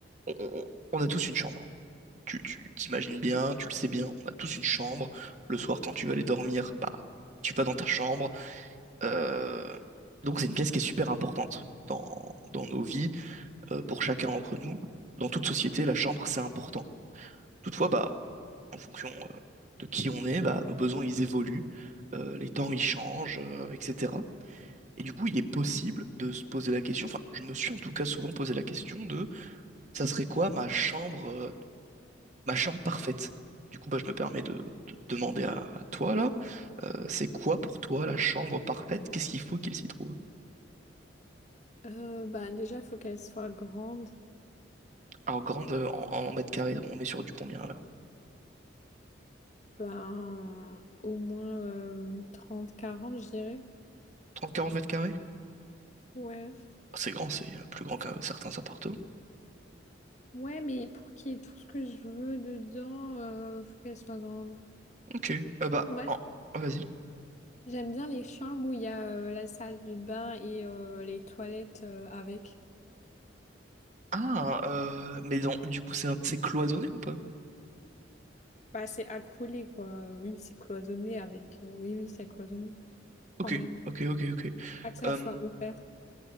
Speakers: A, on the right (about 40°); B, on the left (about 40°).
A: on, on- on a tous une chambre. Tu, tu t'imagines bien, tu le sais bien, on a tous une chambre. Le soir, quand tu vas aller dormir, bah, tu vas dans ta chambre. Euh, Donc, c'est une pièce qui est super importante dans, dans nos vies, euh, pour chacun d'entre nous. Dans toute société, la chambre, c'est important. Toutefois, bah, en fonction, euh, de qui on est, bah, nos besoins, ils évoluent, euh, les temps, ils changent, euh, etc. Et du coup, il est possible de se poser la question, enfin, je me suis en tout cas souvent posé la question de, ça serait quoi ma chambre euh, ma chambre parfaite. Du coup, bah, je me permets de, de demander à, à toi là, euh, c'est quoi pour toi la chambre parfaite? Qu'est-ce qu'il faut qu'il s'y trouve?
B: Euh, bah déjà, il faut qu'elle soit grande.
A: Alors grande euh, en, en mètres carrés, on est sur du combien là?
B: Ben, au moins euh, 30, 40, je dirais.
A: 30-40 mètres carrés?
B: Ouais.
A: Ah, C'est grand, c'est euh, plus grand qu'un certains appartements.
B: Ouais, mais pour qu'il y ait tout ce que je veux dedans, euh, faut qu'elle soit grande.
A: Ok. Euh, bah,
B: Moi,
A: en- ah, vas-y.
B: j'aime bien les chambres où il y a euh, la salle de bain et euh, les toilettes euh, avec.
A: Ah, euh, mais dans- du coup, c'est un- c'est cloisonné ou pas?
B: Bah, c'est accolé, quoi. Oui, c'est cloisonné avec. euh, Oui, oui, c'est cloisonné,
A: Ok,
B: quand même.
A: ok, ok, ok.
B: Pas que ça
A: Euh,
B: soit ouvert.